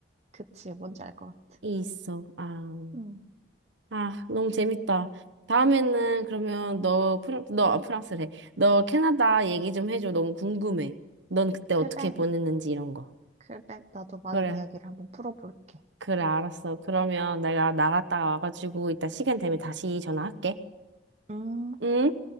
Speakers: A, on the right; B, on the right.
A: 그치. 뭔지 알 것 같아.
B: 있어. 아.
A: 음,
B: 아, 너무 재밌다. 다음에는 그러면 너 프랑, 너 아, 프랑스래. 너 캐나다 얘기 좀 해줘. 너무 궁금해. 넌 그때
A: 그래,
B: 어떻게 보냈는지 이런 거.
A: 그래. 나도 많은
B: 그래,
A: 이야기를 한번 풀어볼게.
B: 그래, 알았어. 그러면 내가 나갔다가 와가지고 이따 시간 되면 다시 전화할게.
A: 음.
B: 응?